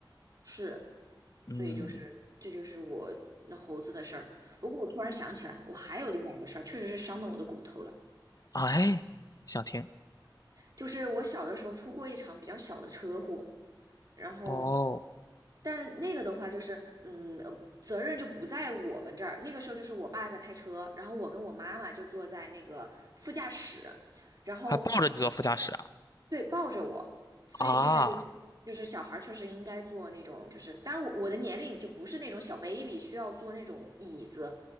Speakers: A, on the right; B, on the left.
A: 是，
B: 嗯，
A: 所以就是这就是我那猴子的事儿。不过我突然想起来，我还有另外一个事儿，确实是伤到我的骨头了。
B: 哎，想听
A: 就是我小的时候出过一场比较小的车祸，然后，
B: 哦，
A: 但那个的话就是，嗯，呃责任就不在我们这儿。那个时候就是我爸在开车，然后我跟我妈妈就坐在那个副驾驶，然后
B: 还抱着你坐副驾驶啊
A: 对抱着我。所以现在就
B: 啊
A: 就是小孩儿确实应该坐那种，就是当然我我的年龄就不是那种小 baby 需要坐那种椅子，